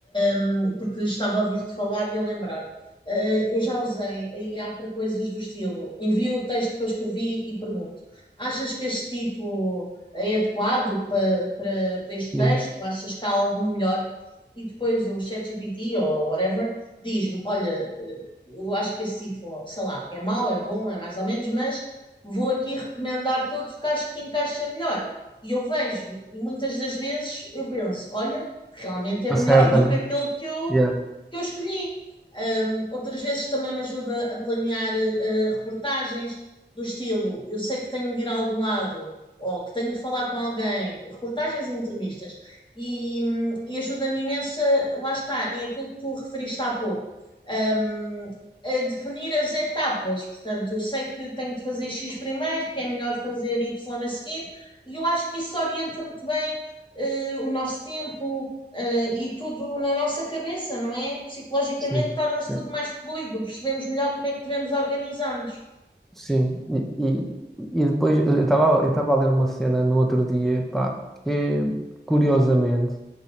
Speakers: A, on the left; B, in the centre.
A: um, porque estava a ouvir-te falar e a lembrar. Uh, eu já usei a IA para coisas do estilo. Envio o texto que eu escrevi e pergunto: achas que este título é adequado para, para, para este
B: Sim.
A: texto? Achas que há algum melhor? E depois o ChatGPT ou whatever diz-me: Olha, eh, eu acho que esse título, sei lá, é mau, é bom, é mais ou menos, mas vou aqui recomendar todos que acho que encaixa melhor. E eu vejo, e muitas das vezes eu penso: Olha, realmente é
B: Acerta,
A: melhor do
B: né?
A: que aquele que eu,
B: Yeah,
A: que eu escolhi. Ahm, outras vezes também me ajuda a planear eh, reportagens do estilo: eu sei que tenho de ir a algum lado ou que tenho de falar com alguém, reportagens e entrevistas, e, hum, e ajuda-me imenso, a- lá está, é aquilo que tu referiste há pouco, hum, a definir as etapas. Portanto, eu sei que tenho de fazer X primeiro, que é melhor fazer Y a seguir, e eu acho que isso orienta muito bem, eh, o nosso tempo, eh, e tudo na nossa cabeça, não é? Psicologicamente
B: sim.
A: torna-se tudo
B: É.
A: mais fluido, percebemos melhor como é que devemos organizar-nos.
B: Sim, e, e, e depois eu estava eu estava a ler uma cena no outro dia, pá, que é, curiosamente,